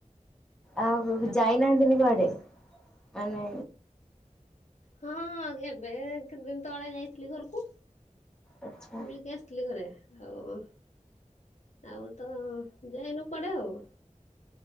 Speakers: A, in the centre; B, on the left.
A: ଆଉ
B: ଖରା ପାଇଁ
A: ଯାଇନାହାନ୍ତିନି କୁଆଡେ ମାନେ।
B: ହଁ ଏବେ ତିନିଦିନି ତଳେ ଯାଇଥିଲି ଘରକୁ
A: ଆଚ୍ଛା
B: ବୁଲିକି ଆସି ଥିଲି ଘରେ ଆଉ ଆଉ ତ ଯାଇନୁ କୁଆଡେ ଆଉ।